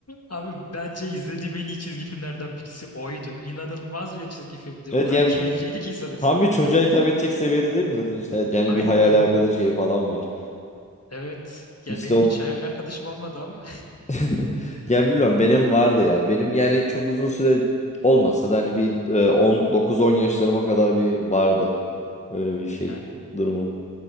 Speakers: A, on the left (about 50°); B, on the left (about 20°).
A: Abi bence izlediğim en iyi çizgi filmlerden birisi oydu. İnanılmaz bir çizgi filmdi.
B: Evet
A: O kadar
B: yani
A: <laughs> keyifliydi
B: bir-
A: ki izlemesi.
B: tam bir çocuğa hitap edecek seviyede değil mi zaten işte Evet, yani
A: Aynen.
B: bir hayali arkadaş şeyi falan var.
A: Evet. Ya
B: İşte
A: benim
B: o
A: hiç hayal arkadaşım olmadı ama
B: <laughs> Ya bilmiyorum benim vardı ya. Benim yani çok uzun süre olmasa da hani bir e, on dokuz on yaşlarıma kadar bir vardı. Öyle
A: <laughs>
B: bir şey
A: yani
B: durumum.